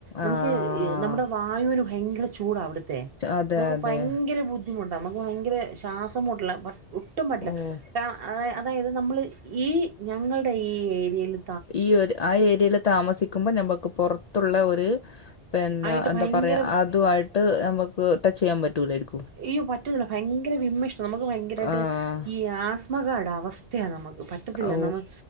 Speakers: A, on the left (about 70°); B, on the right (about 55°).
A: ആഹ്
B: നമുക്ക് നമ്മുടെ വായുവിന് ഭയെങ്കെര ചൂടാ അവിട് ത്തെ
A: അതെ
B: നമുക്ക്
A: അതെ
B: ഭയെങ്കെരെ ബു ദ്ധിമുട്ടാ അമ്മക്ക് ഭയെങ്കെരെ ശാസം മുട്ട്ലാ പ ഒട്ടും പറ്റില്ല
A: ഓ
B: കാര് അത അതായത് നമ്മള് ഈ ഞങ്ങൾടെ ഈ ഏരിയേല്
A: ഈ ഒര് ആ ഏരിയേല് താമസിക്കുമ്പം ഞമ്മക്ക് പാെർത്തുള്ളെ ഒര് പെന്നെ
B: ആയിട്ട്
A: എന്താ
B: ഭയങ്കര
A: പറയാ അതു ആയിട്ട് നമ്ക്ക് ടച്ചെയ്യാൻ പറ്റൂലായ്രിക്കും
B: അയ്യോ പറ്റുന്നില്ല ഭയെങ്കെരെ വിമ്മിശ് നമ്ക്ക് ഭയെങ്കെരായിട്ട്
A: ആഹ്
B: ഈ ആസ്മകാര്ടെ അവസ്ഥയാ നമ് ക്ക് പറ്റത്തില്ല
A: ഓ
B: നമ്മൾ